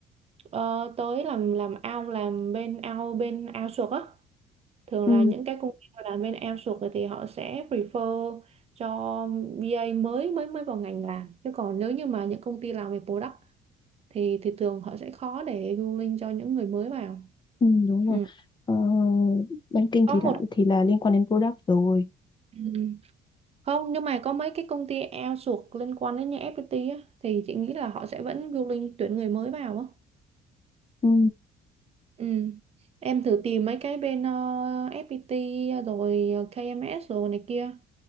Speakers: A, on the right; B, on the left.
A: ờ, tới làm làm ao làm bên ao bên ao suộc á thường
B: ừ,
A: là những cái công ty tôi làm bên em sụt rồi thì họ sẽ prefer cho BA mới mới mới vào ngành làm chứ còn nếu như mà những công ty làm về product thì thì thường họ sẽ khó để ruling cho những người mới vào
B: ừ, đúng rồi
A: ừ.
B: ờ, banking
A: có
B: thì đã
A: một
B: thì là liên quan đến product rồi
A: ừ. không nhưng mà có mấy cái công ty outsource liên quan đến như FPT á, thì chị nghĩ là họ sẽ vẫn ruling tuyển người mới vào á
B: ừ,
A: Ừ. Em thử tìm mấy cái bên ờ, FPT rồi KMS rồi này kia